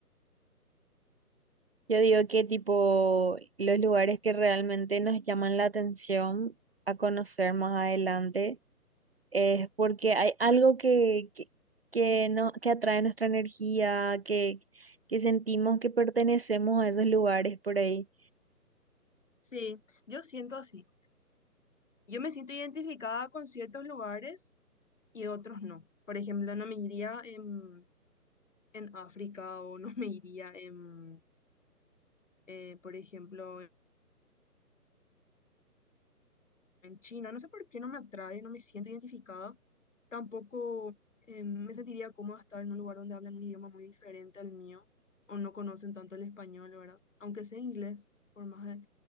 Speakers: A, on the right; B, on the left.
A: yo digo que tipo los lugares que realmente nos llaman la atención a conocer más adelante es porque hay algo que, que, que, no, que atrae nuestra energía, que, que sentimos que pertenecemos a esos lugares por ahí.
B: Sí, yo siento así. Yo me siento identificada con ciertos lugares y otros no. Por ejemplo, no me iría en, en África o no me iría en, eh, por ejemplo, en China. No sé por qué no me atrae, no me siento identificada. Tampoco eh, me sentiría cómoda estar en un lugar donde hablan un idioma muy diferente al mío o no conocen tanto el español, ¿verdad? Aunque sea inglés, por más de-